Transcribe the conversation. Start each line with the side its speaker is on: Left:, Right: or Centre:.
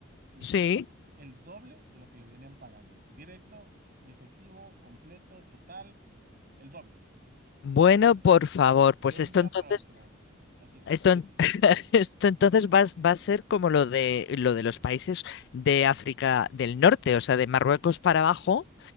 Right: les
Left: Sí.
Right: pagan el doble de lo que les venían pagando? Directo y efectivo, completo, total, el doble.
Left: Bueno, por favor, pues
Right: De un
Left: esto
Right: día
Left: entonces...
Right: para otro. Así es.
Left: Esto, en- <laughs> esto entonces va, a va a ser como lo de, lo de los países de África del Norte, o sea, de Marruecos para abajo.